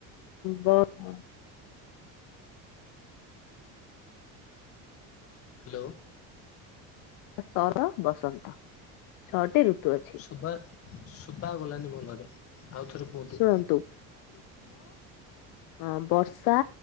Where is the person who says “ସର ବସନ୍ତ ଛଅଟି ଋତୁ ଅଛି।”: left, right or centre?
Left